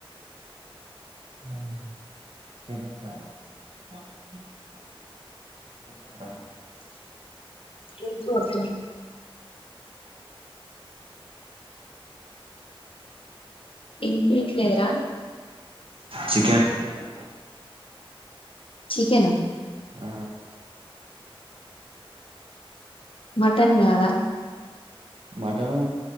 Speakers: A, on the right (about 70°); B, on the left (about 70°).
A: హ్మ్ <unintelligible> చకెన్
B: ఇంకోటి ఇంపియట్లేదురా
A: చికెన్ ఉంటుందా
B: చికెనా
A: ఆ
B: మటన్ గాదా
A: మటను